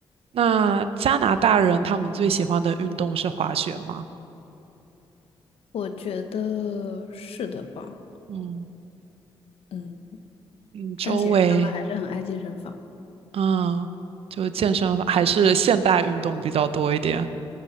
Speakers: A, on the right; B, on the left.
A: 那加拿大人他们最喜欢的运动是滑雪吗？
B: 我觉得是的吧，
A: 嗯
B: 嗯，
A: 嗯，周围
B: 但其实他们还是很爱健身房，
A: 嗯，就健身还是现代运动比较多一点。